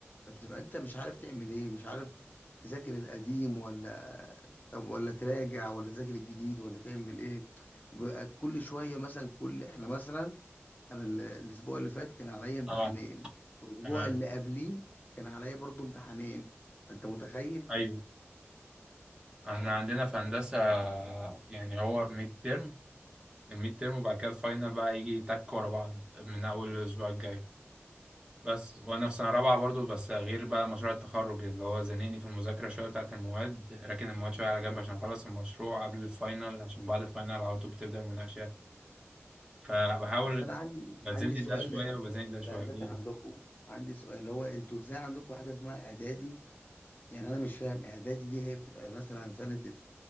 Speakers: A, on the left; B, on the right.
A: فبتبقى انت مش عارف تعمل ايه مش عارف تذاكر القديم ولا طب ولا تراجع ولا تذاكر الجديد ولا تعمل ايه وبيبقى كل شويه مثلا كل احنا مثلا انا ال- الاسبوع اللي فات كان عليا امتحانين
B: اه
A: والاسبوع
B: تمام
A: اللي قبليه كان عليا برضو امتحانين انت متخيل
B: ايوه احنا عندنا في هندسة يعني هو ميد ترم الميد ترم وبعد كده الفاينل بقى يجي تك ورا بعض من أول الأسبوع الجاي بس وأنا في سنة رابعة برضو بس غير بقى مشروع التخرج اللي هو زنقني في المذاكرة شوية بتاعة المواد راكن المواد شوية على جنب عشان أخلص المشروع قبل الفاينل عشان بعد الفاينل على طول بتبدأ المناقشات فبحاول
A: بس انا عندي
B: بتزنق
A: عندي سؤال
B: ده شوية وبزنق
A: في
B: ده
A: في
B: شوية
A: الهندسه
B: قول
A: عندكم عندي سؤال اللي هو انتوا ازاي عندكم حاجه اسمها اعدادي يعني انا مش فاهم اعدادي دي هي بتبقى مثلا سنه